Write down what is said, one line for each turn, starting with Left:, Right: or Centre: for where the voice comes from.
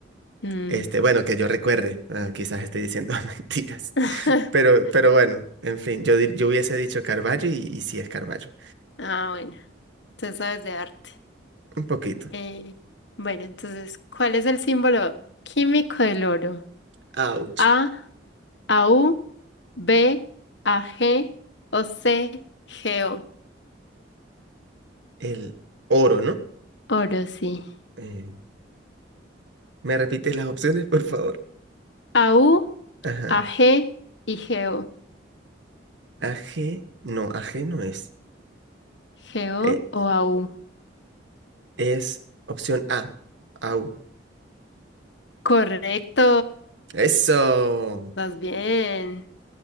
Left: Mm.
Right: Este, bueno, que yo recuerde, ah, quizás esté diciendo <laughs> mentiras,
Left: <laughs>
Right: pero, pero bueno, en fin, yo, di- yo hubiese dicho Caravaggio y, y sí es Caravaggio,
Left: Ah, bueno, entonces sabes de arte.
Right: un poquito.
Left: Eh, bueno, entonces, ¿cuál es el símbolo químico del oro?
Right: Ouch,
Left: A, AU, B, AG o C, GO.
Right: el oro, ¿no?
Left: Oro, sí.
Right: Eh, ¿me repites las opciones, por favor?
Left: AU,
Right: Ajá.
Left: AG y GO.
Right: aje no, aje no es.
Left: G
Right: Eh,
Left: o A U.
Right: es opción A. Au.
Left: Correcto.
Right: Eso.
Left: Vas bien.